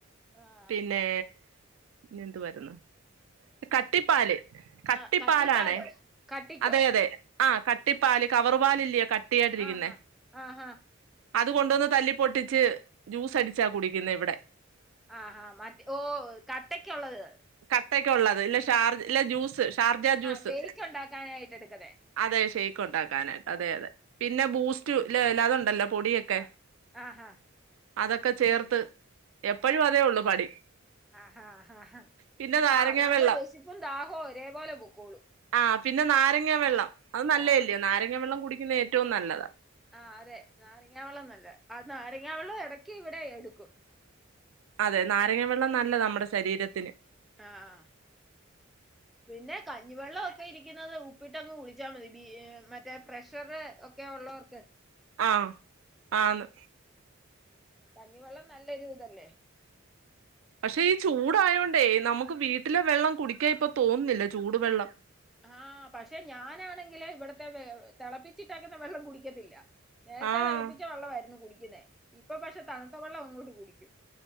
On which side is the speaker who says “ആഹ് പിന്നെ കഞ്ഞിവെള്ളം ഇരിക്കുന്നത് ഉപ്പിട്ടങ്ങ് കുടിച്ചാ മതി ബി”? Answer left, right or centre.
Centre